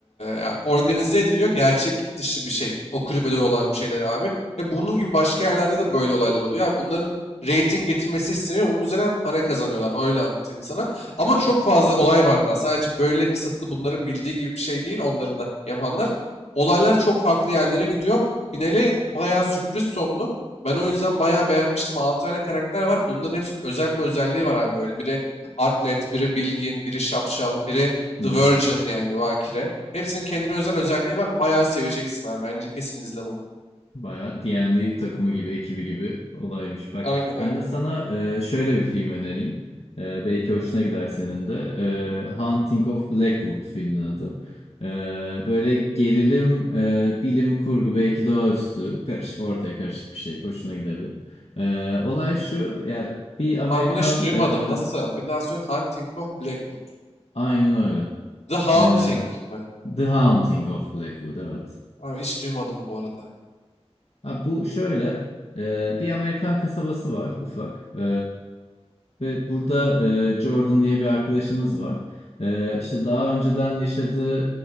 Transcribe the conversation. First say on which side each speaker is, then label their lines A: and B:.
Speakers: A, on the left (about 85°); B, on the left (about 65°).
A: ya organize ediliyor. Gerçeklik dışı bir şey. O kulübede olan bir şeyler abi. Ve bunun gibi başka yerlerde de böyle olaylar oluyor. Yani bunların rating getirmesi isteniyor. Bunun üzerine para kazanıyorlar. Öyle anlatayım sana. Ama çok fazla olay var daha. Sadece böyle kısıtlı bunların bildiği gibi bir şey değil. Onların da yapanlar. Olaylar çok farklı yerlere gidiyor. Finali bayağı sürpriz sonlu. Ben o yüzden bayağı beğenmiştim. 6 tane karakter var. Bunların hepsinin özel bir özelliği var abi böyle. Biri atlet, biri bilgin, biri şapşal, biri
B: Hı
A: The
B: hı.
A: Virgin yani Bakire. Hepsinin kendine özel özelliği var. Bayağı seveceksin abi. Bence kesin izle bunu.
B: Bayağı D&D takımı gibi, ekibi gibi olaymış. Bak
A: Aynen aynen.
B: ben de sana e, şöyle bir film önereyim. E, belki hoşuna gider senin de. E, Haunting of Blackwood filmin adı. E, böyle gerilim, e, bilim kurgu, belki doğaüstü, karışık, ortaya karışık bir şey. Hoşuna gidebilir. E, olay şu, ya bir
A: Ben
B: Amerikan,
A: bunu hiç duymadım.
B: e,
A: Nasıl? Bir daha söyle. Hunting of Blackwood.
B: aynen öyle.
A: The Haunting
B: Ee,
A: mi?
B: The Haunting of Blackwood evet.
A: Abi hiç duymadım bu arada.
B: Ha, bu şöyle e, bir Amerikan kasabası var ufak Ee, ve burada e, Jordan diye bir arkadaşımız var. Ee, işte daha önceden yaşadığı